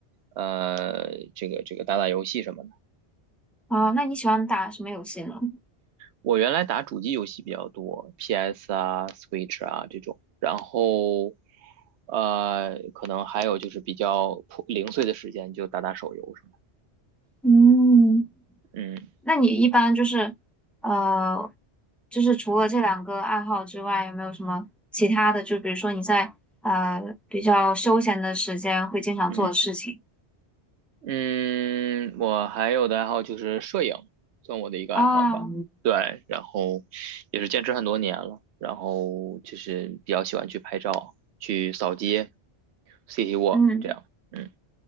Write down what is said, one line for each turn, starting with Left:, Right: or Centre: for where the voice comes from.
Right: 呃，这个这个打打游戏什么的。
Centre: 啊，那你喜欢打什么游戏呢？
Right: 我原来打主机游戏比较多，PS 啊、Switch 啊这种，然后呃，可能还有就是比较破零碎的时间就打打手游什么
Centre: 嗯。
Right: 的嗯
Centre: 那你一般就是，呃，就是除了这两个爱好之外，有没有什么其他的？就比如说你在呃比较休闲的时间会经常做的事情
Right: 嗯嗯，我还有的爱好就是摄影，算我的一个爱好吧。
Centre: 啊，
Right: 对，然后也是坚持很多年了，然后就是比较喜欢去拍照、去扫街、City Walk
Centre: 嗯，
Right: 这样。嗯。